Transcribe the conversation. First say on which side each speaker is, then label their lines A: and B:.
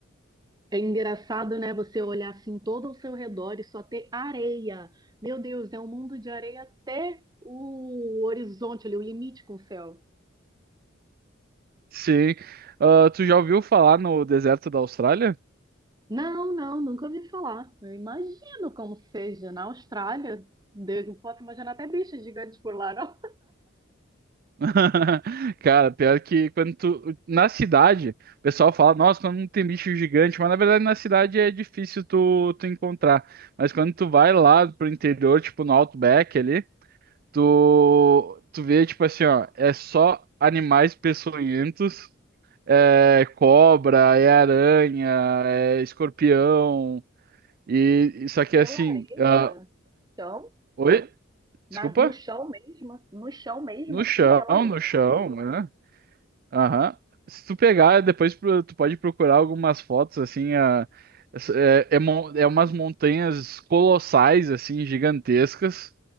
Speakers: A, on the right; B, on the right.
A: É engraçado, né? Você olhar assim todo ao seu redor e só ter areia. Meu Deus, é um mundo de areia até o horizonte ali, o limite com o céu.
B: Sim. Ah, tu já ouviu falar no deserto da Austrália?
A: Não, não, nunca ouvi falar. Eu imagino como seja na Austrália. Deus, Eu posso imaginar até bichos gigantes por lá, não?
B: <laughs> Cara, pior que quando tu. Na cidade, o pessoal fala, nossa, quando não tem bicho gigante, mas na verdade na cidade é difícil tu, tu encontrar. Mas quando tu vai lá pro interior, tipo no Outback ali, tu, tu vê, tipo assim, ó, é só animais peçonhentos, é cobra, é aranha, é escorpião, e isso aqui
A: Pela
B: é assim.
A: areia,
B: ah,
A: então,
B: Oi?
A: na-
B: Desculpa?
A: no chão mesmo, no chão mesmo,
B: No
A: assim,
B: chão,
A: pela areia,
B: no chão, né? Aham. Se tu pegar, depois pro- tu pode procurar algumas fotos, assim, a, é, é, mon- é umas montanhas colossais, assim, gigantescas,